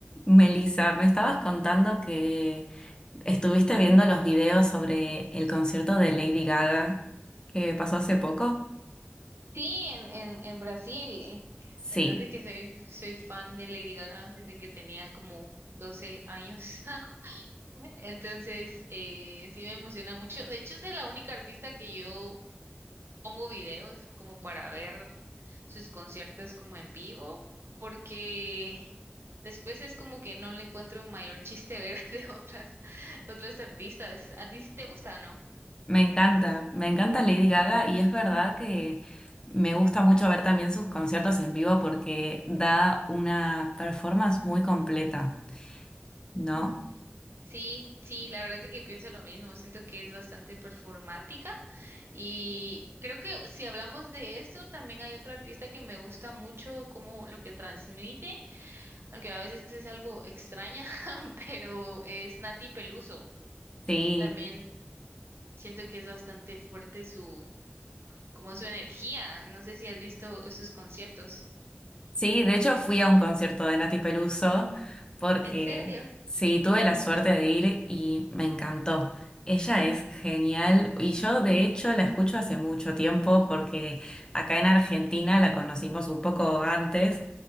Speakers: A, on the left (about 20°); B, on the right (about 75°).
A: Melissa, me estabas contando que estuviste viendo los videos sobre el concierto de Lady Gaga que pasó hace poco.
B: Sí, en, en, en Brasil. La
A: Sí,
B: verdad es que soy, soy fan de Lady Gaga desde que tenía como 12 años. <laughs> Entonces, eh, sí me emociona mucho. De hecho, es de la única artista que yo pongo videos como para ver sus conciertos como en vivo, porque después es como que no le encuentro mayor chiste ver <laughs> de otras, otras artistas. ¿A ti sí te gusta, no?
A: me encanta, me encanta Lady Gaga y es verdad que me gusta mucho ver también sus conciertos en vivo porque da una performance muy completa, ¿no?
B: Sí, sí, la verdad es de que pienso lo mismo. Siento que es bastante performática y creo que si hablamos de eso, también hay otro artista que me gusta mucho como lo que transmite, aunque a veces es algo extraña, <laughs> pero es Nati Peluso.
A: Sí.
B: También siento que es bastante fuerte su, como su energía. No sé si has visto sus conciertos.
A: Sí, de hecho fui a un concierto de Nati Peluso porque
B: ¿En serio?
A: sí, tuve la suerte de ir y me encantó. Ella es genial y yo de hecho la escucho hace mucho tiempo porque acá en Argentina la conocimos un poco antes